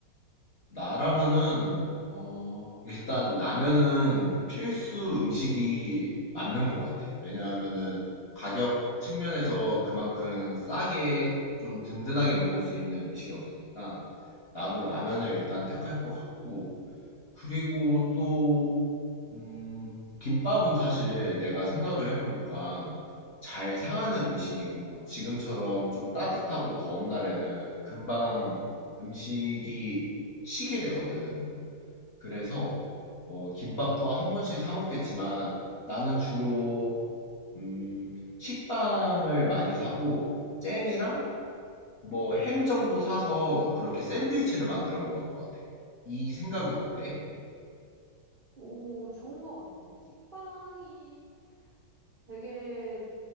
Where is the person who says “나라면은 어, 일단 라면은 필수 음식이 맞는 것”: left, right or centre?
Left